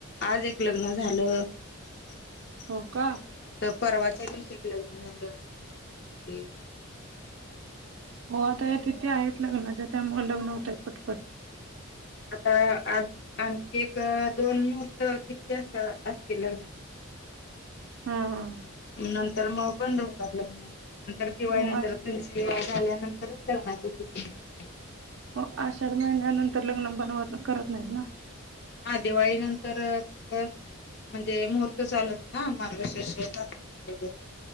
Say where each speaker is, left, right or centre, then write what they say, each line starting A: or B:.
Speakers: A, on the left; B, on the right.
A: आज एक लग्न झालं. परत
B: हो का?
A: तर परवाच्या दिवशी एक लग्न झालं आमच्या गावामध्ये <unintelligible>
B: हो आता हे तिथी आहेत लग्नाच्या त्यामुले लग्न होतायेत पटपट.
A: आता आज आणखी एक दोन मुहूर्त तिथी अस असतील लग्नाच्या.
B: हा, हा.
A: नंतर मग बंद होतात लग्न, नंतर दिवाळी
B: हो
A: नंतरच.
B: आष
A: तुमची विवाह झाल्यानंतरच लग्नाची तिथी निघत्या.
B: हो आषाढ महिन्यानंतर लग्न बनवत करत नाहीत ना.
A: हा दिवाळी नंतर कसं म्हणजे मुहूर्त चालत ना मार्गशीर्ष <unintelligible> <unintelligible>